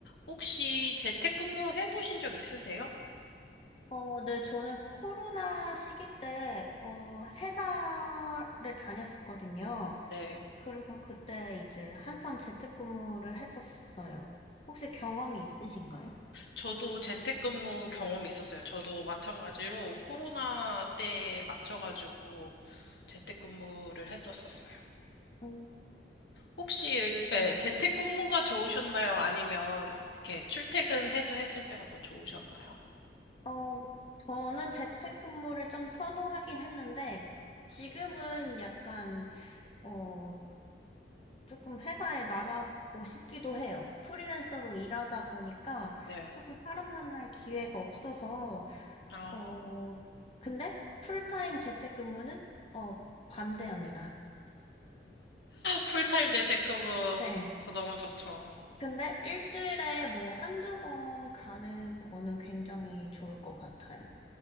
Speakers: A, on the left (about 75°); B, on the left (about 30°).
A: 혹시 재택근무 해보신 적 있으세요?
B: 어, 네, 저는 코로나 시기 때, 어, 회사를 다녔었거든요.
A: 네.
B: 그래서 그때 이제 한참 재택근무를 했었어요. 혹시 경험이 있으신가요?
A: 저도 재택근무 경험 있었어요. 저도 마찬가지로 코로나 때 맞춰가지고 재택근무를 했었었어요.
B: 음,
A: 혹시 예,
B: 네.
A: 재택근무가 좋으셨나요? 아니면 이렇게 출퇴근해서 했을 때가 더 좋으셨나요?
B: 어, 저는 재택근무를 좀 선호하긴 했는데, 지금은 약간, 어, 조금 회사에 나가고 싶기도 해요. 프리랜서로 일하다 보니까
A: 네.
B: 조금 사람 만날 기회가 없어서,
A: 아,
B: 어, 근데 풀타임 재택근무는 어, 반대합니다.
A: 풀타임 재택근무
B: 네.
A: 너무 좋죠.
B: 근데 일주일에 뭐 한두 번 가는 거는 굉장히 좋을 것 같아요.